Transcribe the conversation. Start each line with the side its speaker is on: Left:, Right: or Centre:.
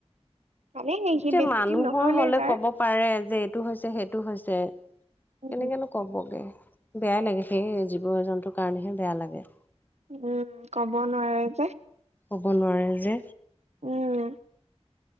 Right: ভালেই সি
Left: এতিয়া
Right: বেছি
Left: মানুহৰ
Right: দিন নহলে
Left: হলে
Right: যাৰ
Left: কব পাৰে যে এইটো হৈছে সেইটো হৈছে কেনেকনো
Right: উম
Left: কবগে বেয়াই লাগে সেই জীৱ জন্তুৰ কাৰণেহে বেয়া লাগে
Right: উম কব নোৱাৰে যে
Left: কব নোৱাৰে যে
Right: উম